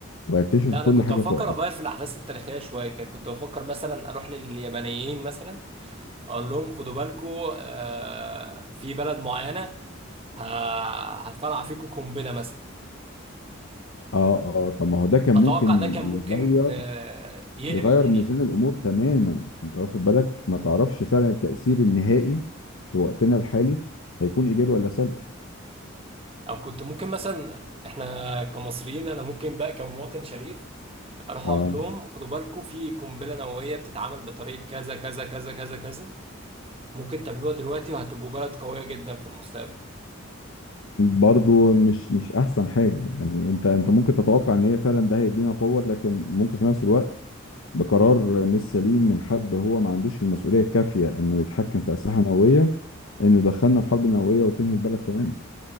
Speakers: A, on the left; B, on the right.
A: وهيكتشف
B: لا
A: كل
B: انا كنت
A: حاجه
B: بفكر
A: في وقتها
B: اغير في الاحداث التاريخيه شويه كده كنت بفكر مثلا اروح لليابانيين مثلا اقول لهم خدوا بالكم آه في بلد معينه ه- هتفرقع فيكم قنبله مثلا
A: اه اه طب ما هو ده كان
B: اتوقع
A: ممكن
B: ده كان
A: يغير
B: ممكن آه يقلب
A: يغير
B: الدنيا
A: ميزان الامور تماما انت واخد بالك ما تعرفش فعلا التاثير النهائي في وقتنا الحالي هيكون ايجابي ولا سلبي
B: او كنت ممكن مثلا احنا كمصريين انا ممكن بقى كمواطن شريف اروح
A: اه
B: اقول لهم خدوا بالكم في قنبله نوويه بتتعمل بطريقه كذا كذا كذا كذا كذا ممكن تعملوها دلوقتي وهتبقوا بلد قويه جدا في المستقبل
A: برضو مش مش احسن حاجه يعني انت انت ممكن تتوقع ان هي فعلا ده هيدينا قوه لكن ممكن في نفس الوقت ده قرار مش سليم من حد هو ما عندوش المسؤوليه الكافيه انه يتحكم في اسلحه نوويه انه يدخلنا في حرب نوويه وتنهي البلد تماما